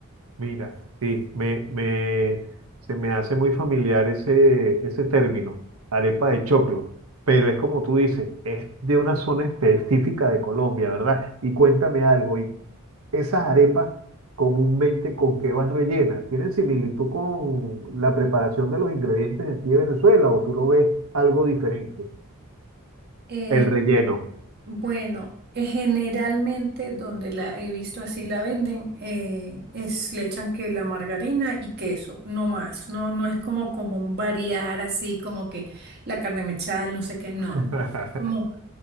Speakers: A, on the right; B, on the right.
A: Mira, sí, me, me, se me hace muy familiar ese, ese término, arepa de choclo. Pero es como tú dices, es de una zona específica de Colombia, ¿verdad? Y cuéntame algo, y Esas arepas comúnmente con qué van rellenas. ¿Tienen similitud con la preparación de los ingredientes de aquí de Venezuela o tú lo ves algo diferente?
B: Eh,
A: El relleno.
B: Bueno, eh, generalmente donde la he visto así la venden, eh, es le echan que la margarina y queso, no más. No, no es como común variar así como que la carne mechada, el no sé qué, no,
A: <laughs>
B: no. Como